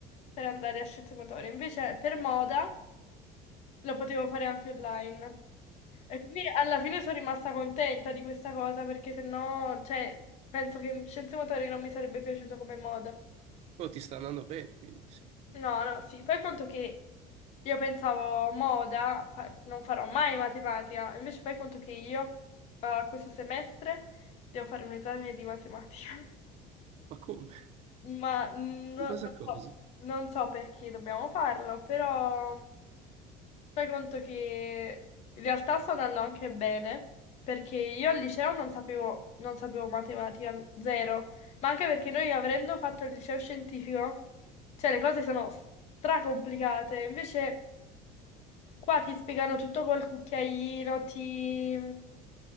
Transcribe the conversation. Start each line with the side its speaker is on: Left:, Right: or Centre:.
Left: per andare a Scienze Motorie. Invece per moda lo potevo fare anche online. E quindi alla fine sono rimasta contenta di questa cosa perché sennò, cioè, penso che Scienze Motorie non mi sarebbe piaciuto come moda.
Right: Oh, ti sta andando bene, quindi sì.
Left: No, no, sì, fai conto che Io pensavo moda, fa- non farò mai matematica, invece fai conto che io eh, questo semestre devo fare un esame di matematica,
Right: Ma come?
Left: <laughs> ma no-
Right: In base
Left: non
Right: a cosa?
Left: so, non so perché dobbiamo farlo, però fai conto che in realtà sto andando anche bene, perché io al liceo non sapevo, non sapevo matematica zero, ma anche perché noi avendo fatto il liceo scientifico, cioè le cose sono stracomplicate, invece... Qua ti spiegano tutto col cucchiaino, ti...